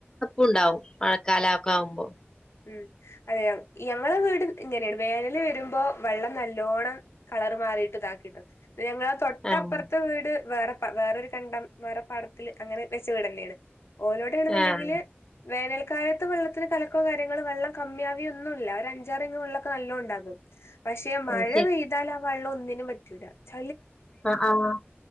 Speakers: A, on the left; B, on the left.
A: ഉണ്ടാവും മഴക്കാലക്കാവുംബം
B: ഉം അതേയോ ഞങ്ങളെ വീട് ഇങ്ങനേണ് വേനല് വരുമ്പോ വെള്ളം നല്ലോണം കളറു മാറിയിട് താകിട്ടൊ ഞങ്ങളെ തൊട്ടപ്പർതെ
A: ആഹ്
B: വീട് വേറെ പാ വേറൊരു കണ്ടംവേറ പാടം ല് അങ്ങനെ വെച വീടന്നേണ് ഓലോടേണ്ന്ണ്ടെങ്കില്
A: ആഹ്
B: വേനൽ ക്കായത്ത് വെള്ളത്തിന് കലക്കോ കാര്യങ്ങളോ വെള്ളം കമ്മ്യാവോ ഒന്നൂല്യ ഒരഞ്ചാറ് ങ്ങ് വെള്ളൊകെ നല്ലണ്ടാവും പശെ മഴപെയ്താലാ
A: അത്
B: വെള്ളൊനി നും പറ്റൂല ശ്
A: ആ ആഹ്